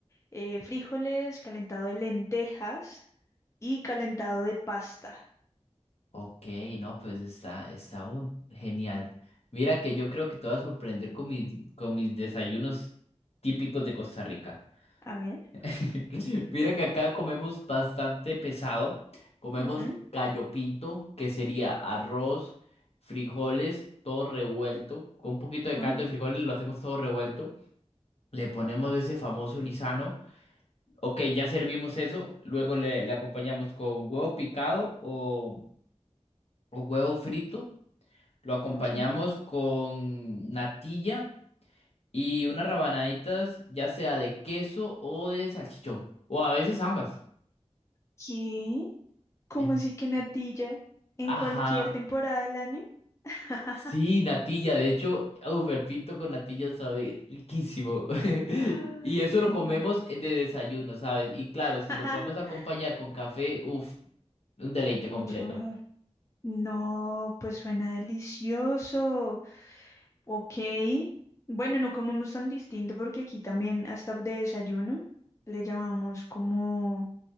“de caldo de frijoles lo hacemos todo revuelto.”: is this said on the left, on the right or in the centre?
Left